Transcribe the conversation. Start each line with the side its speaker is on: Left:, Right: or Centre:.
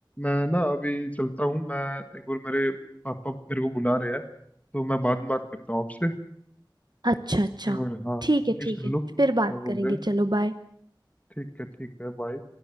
Left: मैं ना अभी चलता हूँ मैं एक बार मेरे पापा मेरे को बुला रहे हैं तो मैं बाद में बात करता हूँ आपसे
Right: अच्छा अच्छा
Left: एक बार हाँ उनकी
Right: ठीक है ठीक
Left: सुन
Right: है
Left: लो क्या
Right: फिर बात करेंगे
Left: बोल रहे हैं
Right: चलो बाय
Left: ठीक है ठीक है बाय